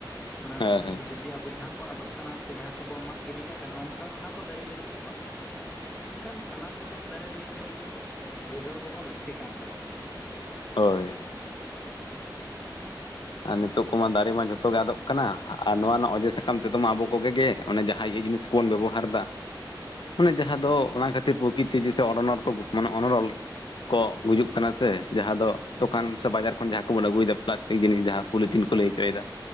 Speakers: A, in the centre; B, on the left.
A: ᱚᱱᱟ
B: ᱦᱮᱸ
A: ᱞᱟᱹᱜᱤᱫ
B: ᱦᱮᱸ
A: ᱚ ᱡᱩᱫᱤ ᱟᱵᱚ ᱡᱟᱦᱟᱸ ᱠᱚ ᱟᱫᱚᱜ ᱠᱟᱱᱟ ᱥᱮ ᱡᱟᱸᱦᱟ ᱠᱚᱵᱚ ᱢᱟᱜ ᱜᱤᱰᱤ ᱠᱟᱜ ᱠᱟᱱᱟ᱾ ᱚᱱᱠᱟ ᱚᱱᱟ ᱠᱚ ᱫᱟᱨᱮ ᱞᱟᱹᱜᱤᱫ ᱛᱚ ᱵᱟᱝ ᱢᱮᱱᱠᱷᱟᱱ ᱥᱟᱱᱟᱢ ᱞᱮᱠᱟᱱᱟᱜ ᱫᱟᱨᱮ ᱞᱟᱹᱜᱤᱫ ᱜᱮ, ᱟᱵᱚ ᱫᱚ ᱡᱚᱜᱟᱣ ᱫᱚᱦᱚ ᱞᱟᱹᱠᱛᱤ ᱠᱟᱱ ᱛᱟᱵᱚᱱᱟ ᱾
B: ᱦᱳᱭ ᱟᱨ ᱱᱤᱛᱚᱜ ᱠᱚᱢᱟ ᱫᱟᱨᱮ ᱢᱟ ᱡᱷᱚᱛᱚ ᱜᱮ ᱟᱫᱚᱜ ᱠᱟᱱᱟ ᱾ ᱟᱨ ᱱᱚᱣᱟ ᱨᱮᱱᱟᱜ ᱚᱡᱮ ᱥᱟᱠᱟᱢ ᱛᱮᱫᱚ ᱢᱟ ᱟᱵᱚ ᱠᱚᱜᱮ ᱜᱮ ᱚᱱᱮ ᱡᱟᱦᱟᱸ ᱤᱭᱟᱹ ᱡᱤᱱᱤᱥᱵᱚᱱ ᱵᱮᱵᱚᱦᱟᱨ ᱫᱟ ᱾ ᱢᱟᱱᱮ ᱡᱟᱦᱟᱸ ᱫᱚ ᱚᱱᱟ ᱠᱷᱟᱹᱛᱤᱨ ᱯᱨᱚᱠᱤᱛᱤᱥᱮ ᱚᱱᱚᱱᱚᱲ ᱠᱚ ᱢᱟᱱᱮ ᱚᱱᱚᱲᱚᱞ ᱠᱚ ᱜᱩᱡᱩᱜ ᱠᱟᱱᱟ ᱾ ᱥᱮ ᱡᱟᱦᱟᱸ ᱫᱚ ᱫᱚᱠᱟᱱ ᱥᱮ ᱵᱟᱡᱟᱨ ᱠᱷᱚᱱ ᱡᱟᱸᱦᱟ ᱠᱚᱵᱚᱱ ᱟᱹᱜᱩᱭᱮᱫᱟ ᱯᱞᱟᱥᱴᱤᱠ ᱡᱤᱱᱤᱥ, ᱡᱟᱦᱟᱸ ᱯᱚᱞᱤᱛᱤᱱ ᱠᱚ ᱞᱟᱹᱭ ᱦᱚᱪᱚᱭᱫᱟ